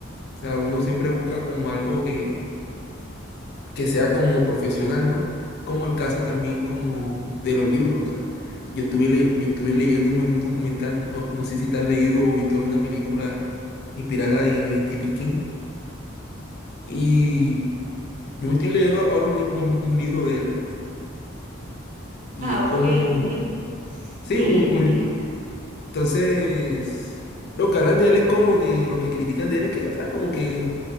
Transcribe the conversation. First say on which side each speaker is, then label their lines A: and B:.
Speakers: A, on the left (about 55°); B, on the right (about 35°).
A: sea, uno siempre busca como algo que, que sea como profesional, ¿no? Como el caso también como de los libros, o sea, yo estuve, le- yo estuve leyéndome un documental, no, no sé si te has leído o visto alguna película inspirada en Steve King, y yo me estoy leyendo ahora un, li- un un libro de él. Y
B: Ah,
A: es como,
B: ok, un libro.
A: sí,
B: Y,
A: un, un-
B: y-
A: entonces, lo que hablan de él es como que, lo que critican de él es que, o sea, como que